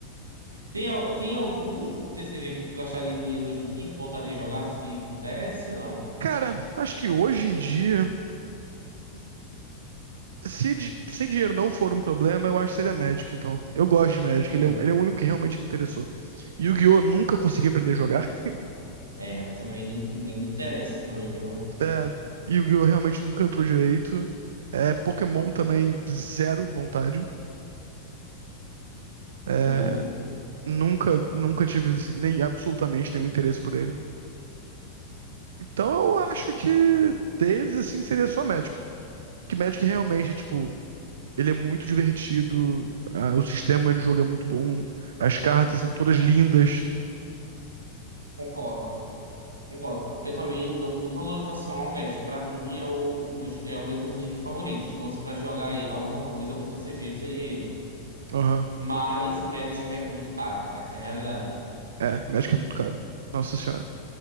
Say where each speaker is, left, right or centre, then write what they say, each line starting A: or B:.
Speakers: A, on the right; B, on the right.
A: Tem, al- tem algum TCG que tu gastaria dinheiro hoje em dia que voltaria a jogar se pudesse ou não?
B: Cara, acho que hoje em dia. Se, di- se dinheiro não for um problema, eu acho que seria Magic, então. Eu gosto de
A: Uhum.
B: Magic, ele é, o- ele é o único que realmente me interessou. Yu-Gi-Oh! nunca consegui aprender a jogar. <laughs>
A: É, também nem me interessa também, viu?
B: É, Yu-Gi-Oh! realmente nunca entrou direito. É, Pokémon também, zero vontade. É,
A: True.
B: nunca, nunca tive, assim, nem absolutamente nenhum interesse por ele. Então eu acho que deles, assim, seria só Magic. Que Magic realmente, tipo, ele é muito divertido, ah, o sistema de jogo é muito bom, as cartas são todas lindas.
A: Concordo, concordo. Eu também dou muita valorização ao Magic. Pra mim é o, o meu, é o meu TCG favorito. Se fosse pra jogar aí alguma coisa, algum TCG seria ele.
B: Aham.
A: Mas Magic é muito caro, essa é a realidade.
B: É, Magic é muito caro. Nossa senhora.